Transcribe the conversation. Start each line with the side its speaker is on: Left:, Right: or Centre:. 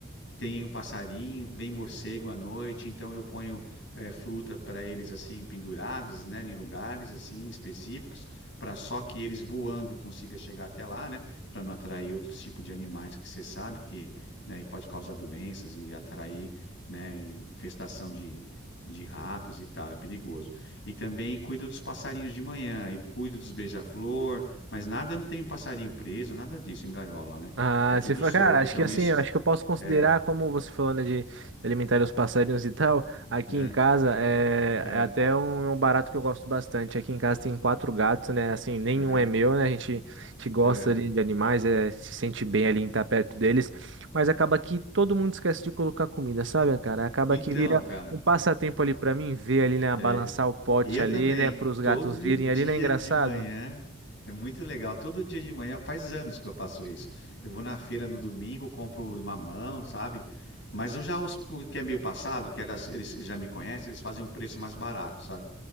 Left: Tem o passarinho, vem morcego à noite, então eu ponho eh, fruta para eles assim penduradas, né, em lugares assim específicos, para só que eles voando consiga chegar até lá, né, para não atrair outros tipos de animais que você sabe que, né, e pode causar doenças e atrair, né, infestação de, de ratos e tal, é perigoso. E também cuido dos passarinhos de manhã, e cuido dos beija-flor, mas nada, não tem um passarinho preso, nada disso em gaiola, né?
Right: Ah,
Left: É tudo
Right: você fa-
Left: solto,
Right: cara, acho
Left: então
Right: que assim,
Left: isso
Right: eu acho que eu posso considerar,
Left: é.
Right: como você falou, né, de alimentar os passarinhos e tal, aqui
Left: aham.
Right: em casa é,
Left: É,
Right: é até um, é um barato que eu gosto bastante. Aqui em casa tem quatro gatos, né, assim, nenhum
Left: aham,
Right: é meu, né, a gente, a gente gosta
Left: é.
Right: ali de animais, é, se sente bem ali em estar perto deles, mas acaba que todo mundo esquece de colocar comida, sabe, cara? Acaba
Left: Então,
Right: que vira
Left: cara,
Right: um passatempo ali pra mim, ver ali, né,
Left: é,
Right: balançar o pote
Left: E eu
Right: ali,
Left: também,
Right: né, para os gatos
Left: todo
Right: virem
Left: dia
Right: ali, né, engraçado?
Left: de manhã, é muito legal, todo dia de manhã, faz anos que eu faço isso. Eu vou na feira no domingo, compro os mamão, sabe? Mas eu já, os o que é meio passado, que elas, eles já me conhecem, eles fazem um preço mais barato, sabe?